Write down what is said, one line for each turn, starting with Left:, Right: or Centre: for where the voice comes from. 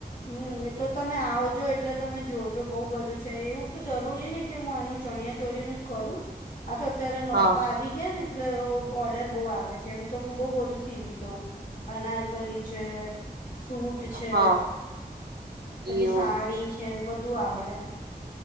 Left: હમ એ તો તમે આવજો એટલે તમે જોજો બઉુ બધું છે એવું તો જરૂરી નઇને કે હું આનું ચણિયા ચોડીનું જ કરું આ તો અત્યારે નોરતા
Right: હા
Left: આવી ગયા ને એટલે ઓર્ડર બહુ આવે છે એમ તો હું બઉ બધું સીવીડી દઉં અનાર કલી છે સૂટ છે
Right: હા
Left: પછી
Right: એવું
Left: સાડી છે બધ બધું આવડે એમ?